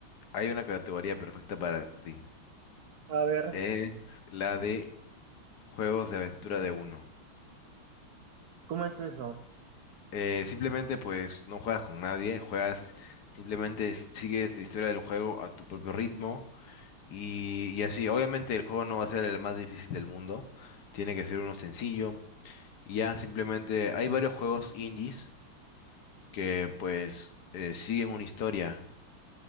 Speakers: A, on the left; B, on the right.
A: hay una categoría perfecta para ti.
B: A ver,
A: Es la de juegos de aventura de uno.
B: ¿cómo es eso?
A: Eh, simplemente pues no juegas con nadie, juegas, simplemente sigues la historia del juego a tu propio ritmo y, y así. Obviamente el juego no va a ser el más difícil del mundo, tiene que ser uno sencillo y ya, simplemente hay varios juegos indies que pues eh, siguen una historia.